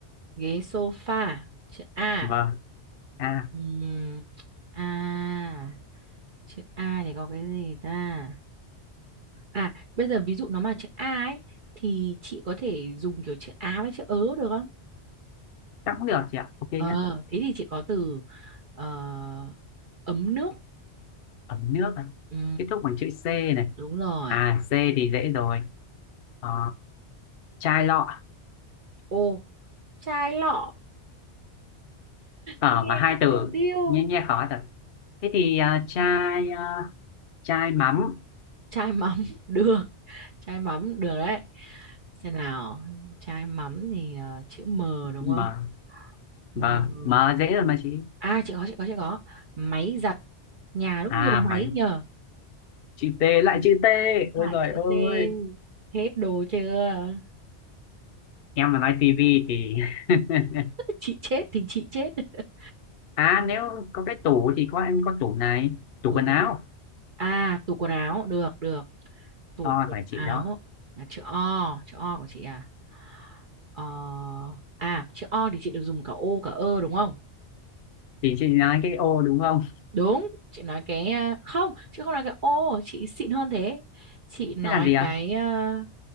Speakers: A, on the right; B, on the left.
A: ghế sofa chữ A
B: vâng à
A: Ừm, A chữ A thì có cái gì ta À, bây giờ ví dụ nó mà chữ A ấy thì chị có thể dùng kiểu chữ á với chữ ớ được không?
B: chắc cũng được chị ạ ok nhé
A: Ờ, thế thì chị có từ ờ, ấm nước.
B: ấm nước này
A: Ừ,
B: kết thúc bằng chữ C này
A: đúng rồi.
B: à C thì dễ rồi Ờ, chai lọ
A: Ô, chai lọ,
B: ở
A: nghe
B: mà hai
A: cái
B: từ
A: điêu điêu
B: nghe nghe khó thật thế thì à, chai à, chai mắm
A: chai mắm <laughs> được, chai mắm được đấy. Xem nào, chai mắm thì ờ, chữ M đúng
B: mà
A: không?
B: và
A: M.
B: mà dễ rồi mà chị
A: À, chị có, chị có, chị có. Máy giặt. Nhà lúc
B: à
A: nhiều máy
B: mày
A: nhờ.
B: chữ T lại chữ T ôi
A: lại
B: giời
A: chữ T
B: ơi
A: Hết đồ chưa?
B: em mà nói tivi thì <laughs>
A: chị chết thì chị chết <laughs>
B: à nếu có cái tủ thì có em có tủ này tủ
A: tủ
B: quần
A: gì
B: áo
A: à tủ quần áo được được tủ
B: Ờ
A: quần
B: phải chị
A: áo
B: đó
A: là chữ O chữ O của chị à ờ, à chữ O thì chị được dùng cả ô cả ơ đúng không
B: thì chị nói cái ô đúng không
A: đúng chị nói cái ờ, không chị không nói cái ô chị xịn hơn thế chị nói
B: thế là gì ạ
A: cái ờ,